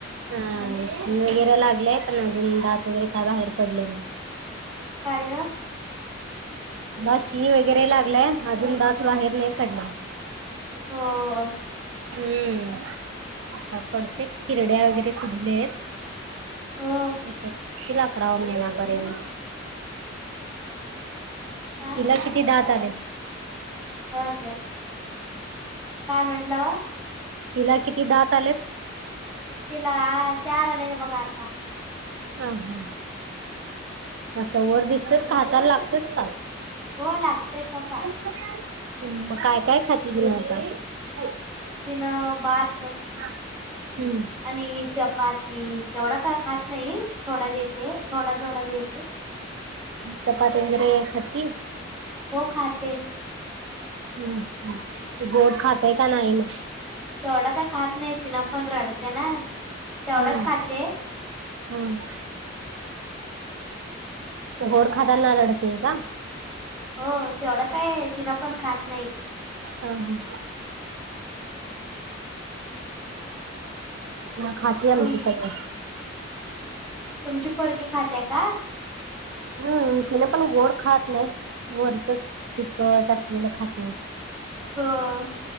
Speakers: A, on the right; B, in the centre.
A: हा शी वगैरे लागलंय पण अजून दात वगैरे काय बाहेर पडले नाही.
B: काय?
A: हिला शी वगैरे लागलंय, अजून दात बाहेर नाही पडलं.
B: हो.
A: हम्म,, आत्ता पडतित हिरड्या वगैरे सुजले त.
B: हो
A: अच्छा. ईतिल अकराव्या महिनापर्यंत.
B: हा
A: तिला किती दात आले?
B: हं काय,, काय म्हटला वं
A: तिला किती दात आलेत?
B: तिला चार आलेत बघा आता.
A: हा हा, असं वर दिसतं खाताला लागतेच का.
B: हो लागतेत आता.
A: हम्म, मग काय काय खाती तीनं आता?
B: तीनं भात
A: ह हम्म.
B: आणि चपाती,, तेवढा काय खात नाही, थोडा द्यायेत थोडा थोडा देते.
A: चपाती वगैरे खाती
B: हो खाते.
A: हम्म, गोड खातय का नाही मग?
B: तेवढं काय खात नाही, ति ना पण रडते ना. तेवढाच
A: हम्म
B: खाते
A: हम्म. गोड खाताना रडतेय का?
B: हो तेवढं काय तिनं पण खात नाही.
A: हां हां. ना खाती आमची
B: तुम
A: सगळे.
B: तुमची पोरगी खात्या का?
A: हम्म तिने पण गोड खात नाही वरचच तिखट असलेलं खाते.
B: हां.